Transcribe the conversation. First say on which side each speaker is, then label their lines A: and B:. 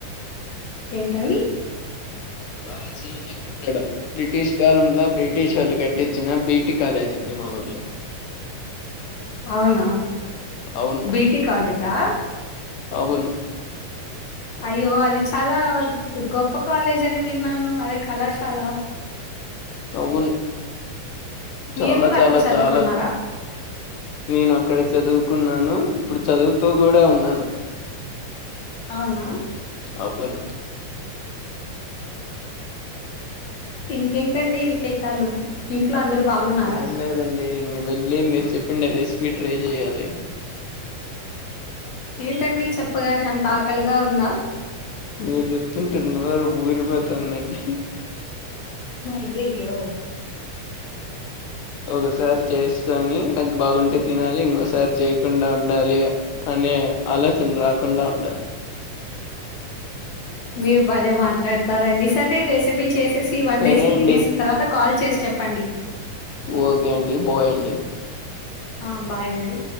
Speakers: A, on the left; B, on the left.
A: ఏంటండి
B: ప్రాచీన కట్టడం బ్రిటిష్ కాలంలో బ్రిటిష్ ఓళ్ళు కట్టించిన బీటి కాలేజీ ఉంది మా ఊర్లో
A: అవునా
B: అవును
A: బిటి కాలేజా
B: అవును
A: అయ్యో అది చాలా గొప్ప కాలేజ్ అని విన్నాను అదే కళాశాల
B: అవ్వును చాలా
A: మీరు కూడా
B: చాలా
A: అక్కడ చదువుకున్నారా
B: చాలా నేను అక్కడే చదువుకున్నాను ఇప్పుడు చదువుతూ కూడా ఉన్నాను
A: అవునా
B: అవ్వును
A: ఇంకేంటండి విశేషాలు ఇంట్లో అందరు బాగున్నారా
B: ఏం లేదండి ఇంగ వెళ్ళి మీరు చెప్పిండా రెసిపీ ట్రై చెయ్యాలి
A: ఏంటండి చెప్పగానే అంత ఆకలిగా ఉందా
B: మీరు చెప్తుంటే నోరు ఊరిపోతుందండి
A: అయ్యయ్యో
B: ఒకసారి చేసుకోని అది బాగుంటే తినాలి ఇంకోసారి చేయకుండా ఉండాలి అనే ఆలోచన రాకుండా ఉండాలి
A: మీరు భలే మాట్లాడతారండి సరే రెసిపీ చేసేసి వండేసి
B: సరే అండి
A: తినేసిన తర్వాత కాల్ చేసి చెప్పండి
B: ఓకే అండి బాయండి
A: ఆ బాయండి